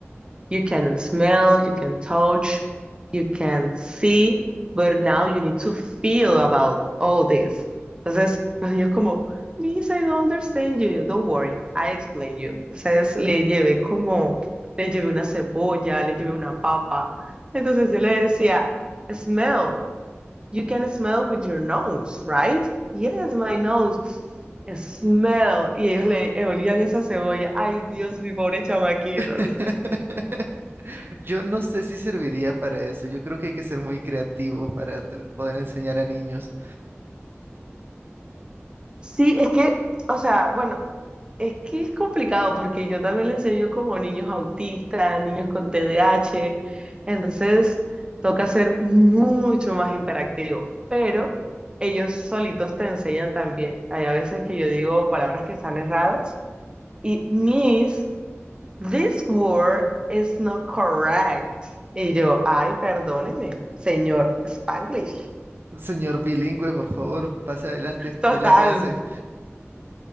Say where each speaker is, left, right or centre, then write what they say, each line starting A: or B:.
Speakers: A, on the right; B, on the right.
A: you can smell, you can touch, you can see, but now you need to feel about all this. Entonces, los niños como, Miss, I don't understand you. Don't worry, I explain you. Entonces, le llevé como, le llevé una cebolla, le llevé una papa. Entonces, yo le decía, smell. You can smell with your nose, right? Yes, my nose. Smell. Y ellos le eh, olían esa cebolla. Ay, Dios, mi pobre chamaquitos.
B: <laughs> Yo no sé si serviría para eso. Yo creo que hay que ser muy creativo para tr- poder enseñar a niños.
A: Sí, es que, o sea, bueno, es que es complicado porque yo también le enseño como niños autistas, niños con T D A H. Entonces, toca ser mucho más imperactivo. Pero ellos solitos te enseñan también. Hay a veces que yo digo palabras que están erradas. Y mis This word is not correct. Y yo, ay, perdóneme, señor Spanglish.
B: Señor bilingüe, por favor, pase adelante
A: Total.
B: de la clase.